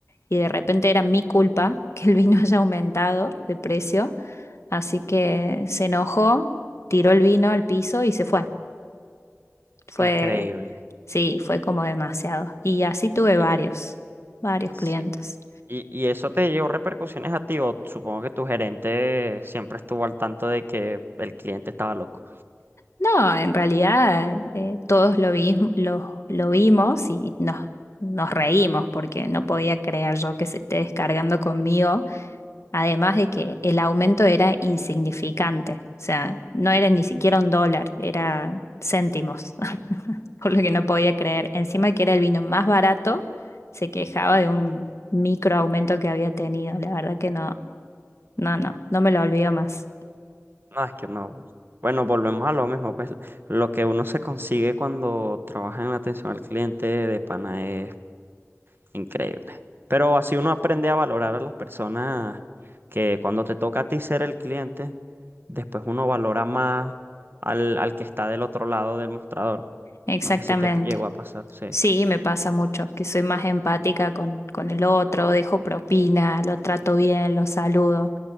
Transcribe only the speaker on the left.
y de repente era mi culpa <laughs> que el vino <laughs> haya aumentado de precio, así que se enojó, tiró el vino al piso y se fue. Fue,
sí, fue como demasiado. Y así tuve
varios, varios
clientes.
No, en realidad eh, todos lo vi- lo, lo vimos y nos, nos reímos porque no podía creer yo que se esté descargando conmigo Además de que el aumento era insignificante, o sea, no era ni siquiera un dólar, era céntimos, <laughs> por lo que no podía creer. Encima que era el vino más barato, se quejaba de un micro aumento que había tenido. La verdad que no, no, no, no me lo olvido más.
Exactamente.
Sí, me pasa mucho, que soy más empática con, con el otro, dejo propina, lo trato bien, lo saludo.